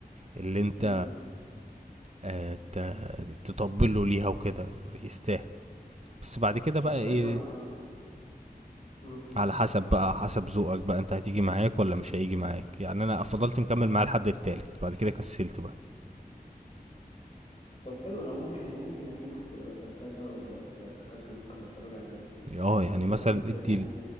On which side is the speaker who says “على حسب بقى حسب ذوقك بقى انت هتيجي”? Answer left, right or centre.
Right